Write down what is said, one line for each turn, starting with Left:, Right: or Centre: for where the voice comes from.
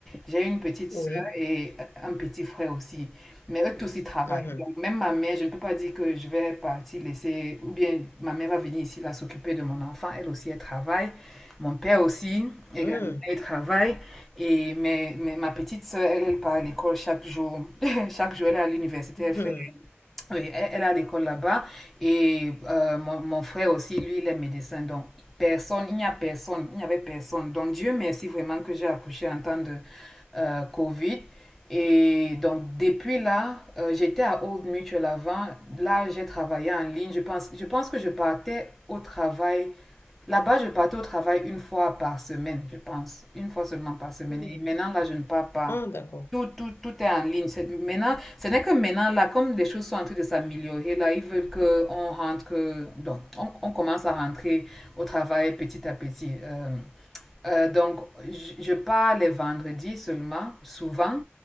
Centre: j'ai une petite
Left: Oui.
Centre: soeur et un petit frère aussi. Mais eux tous ils travaillent.
Left: Mhm.
Centre: Donc, même ma mère, je ne peux pas dire que je vais partir laisser, ou bien ma mère va venir ici là s'occuper de mon enfant, elle aussi elle travaille. Mon père aussi, également,
Left: Mhm.
Centre: il travaille. Et mais, mais ma petite soeur, elle, elle part à l'école chaque jour. <laughs> Chaque jour, elle est à l'université,
Left: Mhm.
Centre: elle fait oui, elle, elle est l'école là-bas et euh, mon, mon frère aussi, lui, il est médecin. Donc, personne, il n'y a personne, il n'y avait personne. Donc, Dieu merci vraiment que j'ai accouché en temps de euh, Covid. Et donc, depuis là, euh, j'étais à Old Mutual avant. Là, j'ai travaillé en ligne. Je pense, je pense que je partais au travail. Là-bas, je partais au travail une fois par semaine, je pense. Une fois seulement par semaine.
Left: Hmm.
Centre: Et maintenant, là, je ne pars pas.
Left: Ah, d'accord.
Centre: Tout, tout, tout est en ligne. C'est- Maintenant, ce n'est que maintenant, là, comme les choses sont en train de s'améliorer, là, ils veulent qu'on rentre, que- donc, on, on commence à rentrer au travail petit à petit. Euh, euh, donc, je, je pars les vendredis seulement, souvent,